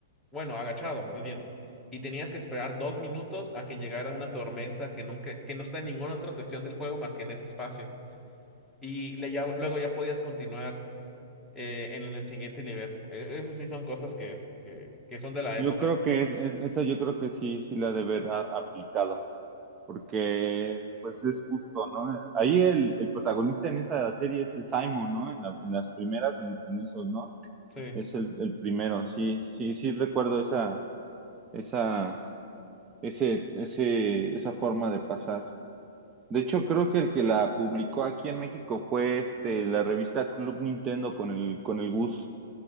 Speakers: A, in the centre; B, on the right.
A: bueno, agachado más bien, y tenías que esperar dos minutos a que llegara una tormenta que nunca, que no está en ninguna otra sección del juego más que en ese espacio. Y le ya- luego ya podías continuar eh, en el siguiente nivel. E- Esas sí son cosas que, que, que son de la
B: Yo
A: época.
B: creo que es- es- esa yo creo que sí, sí la ha de haber a- aplicado. porque pues es justo, ¿no? Ahí el, el protagonista en esa serie es el Simon, ¿no? En, la- en las primeras, en, en esos, ¿no?
A: Sí.
B: Es el, el primero, sí, sí, sí recuerdo esa, esa, ese, ese, esa forma de pasar. De hecho, creo que el que la publicó aquí en México fue este, la revista Club Nintendo con el, con el Gus.